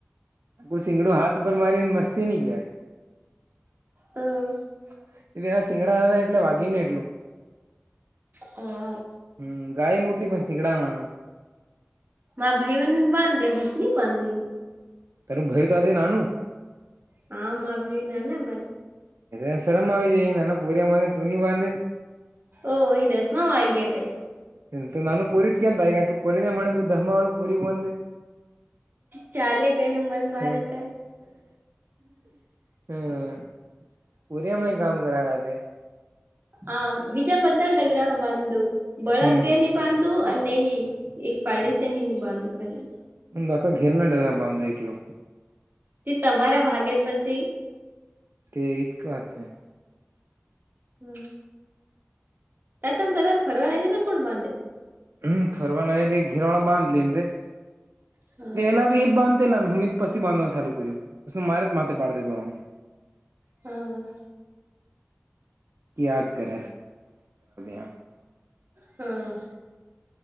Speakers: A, on the right (about 70°); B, on the right (about 50°).
A: કોઈ સિંગડું હાથ પર મારીને, મસ્તી નહી કહેવાય. <unintelligible>
B: અ
A: સીંગડા એટલે વાઘી ને એટલું.
B: હા!
A: હમ! ગાય મોટી પણ સિગડા નાના.
B: મા ભાઈઓ બાંધ્યા હોત <unintelligible> બાંધ.
A: <unintelligible> ભાઈ તો <unintelligible> નાનું.
B: હમાં ભાઈ ના ના
A: એ શરમ આવી. <unintelligible>
B: ઓહી દસવા વાઈ ગયા કઈ.
A: એ નાનુ <unintelligible> કોલેજ <unintelligible>
B: ચાલે કઈ ન મન મારે
A: હ
B: તો.
A: હમ પોરિયામાં કામ <unintelligible>
B: <unintelligible> બળદ
A: હમ
B: દેની બાધ. તું અને એક પાડીસે ન બાંધુ ખાલી.
A: <unintelligible> ઘેરના ડગર બાંધ એકલો.
B: તે તમારા ભાગે પછી.
A: તે રીત <unintelligible> છે.
B: હમ! તમ <unintelligible> ફરવા છે, તો કોણ બાંધે?
A: <unintelligible> ઘેરવાણાા બાંધ <unintelligible>
B: હા
A: પેલાી ઈદ બાંધેલા હું. <unintelligible> પછી બાંધવાનું ચાલુ કર્યું <unintelligible> મારે જ માથે પાડી દેધું.
B: હા!
A: યાદ કર <unintelligible>
B: હમ!